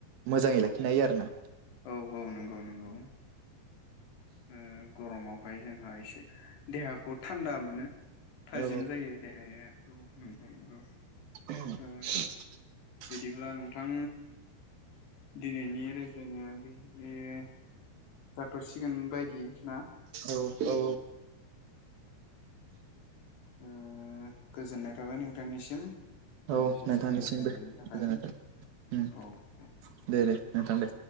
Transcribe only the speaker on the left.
औ औ नंगौ नंगौ उ गरमाव बेहाय जोंहा एसे देहाखौ थान्दा मोनो थाजिम
जायो देहाया रौ नंगौ नंगौ।
ओ बिदिब्ला नोंथां दिनैनि जोंनिया बे जाथ'सिगोन बायदि ना?
उम गोजोननाय थाबाय नोंथांनिसिम
दान्दिसे
सम रायज्लायनायनि थाखाय
औ दे।